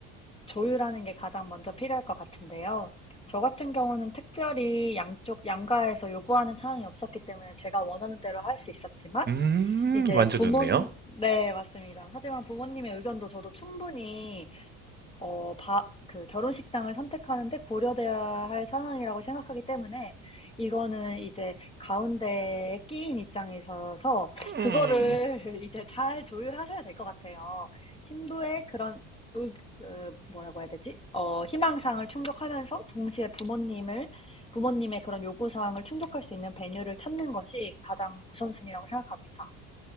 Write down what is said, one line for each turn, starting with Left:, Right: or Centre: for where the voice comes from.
Left: 조율하는 게 가장 먼저 필요할 것 같은데요. 저 같은 경우는 특별히 양쪽 양가에서 요구하는 사항이 없었기 때문에 제가 원하는 대로 할 수 있었지만
Right: 음,
Left: 이제
Right: 완전
Left: 부모님
Right: 좋네요.
Left: 네 맞습니다. 하지만 부모님의 의견도 저도 충분히 어 바 그 결혼식장을 선택하는 데 고려되어야 할 상황이라고 생각하기 때문에 이거는 이제 가운데에 끼인 입장이셔서
Right: 음,
Left: 그거를 <laughs> 이제 잘 조율하셔야 될 것 같아요. 신부의 그런 의 그 뭐라고 해야 되지? 어 희망사항을 충족하면서 동시에 부모님을 부모님의 그런 요구사항을 충족할 수 있는 배뉴를 찾는 것이 가장 우선순위라고 생각합니다.